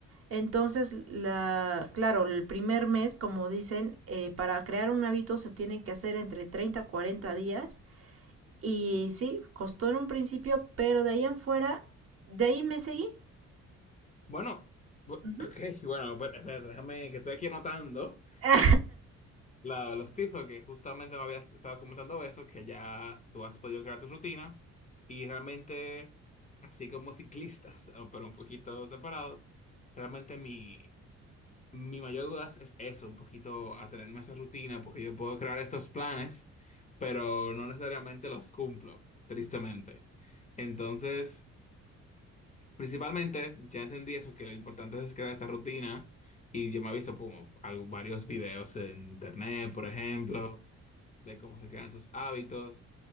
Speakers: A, on the right; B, on the left.
A: Entonces, la, claro, el primer mes, como dicen, eh, para crear un hábito se tiene que hacer entre 30 a 40 días y sí, costó en un principio, pero de ahí en fuera, de ahí me seguí.
B: Bueno, bu-
A: Ujú.
B: ok, bueno, espera, espera, déjame que estoy aquí anotando
A: <laughs>
B: la- los tips, porque justamente me habías estado comentando eso, que ya tú has podido crear tu rutina y realmente, así como ciclistas, <laughs> pero un poquito separados, realmente mi, mi mayor duda es eso, un poquito atenerme a esa rutina, porque yo puedo crear estos planes, pero no necesariamente los cumplo, tristemente. Entonces, principalmente, ya entendí eso, que lo importante es crear esta rutina. Y yo me he visto como algo- varios videos en internet, por ejemplo, de cómo se crean esos hábitos.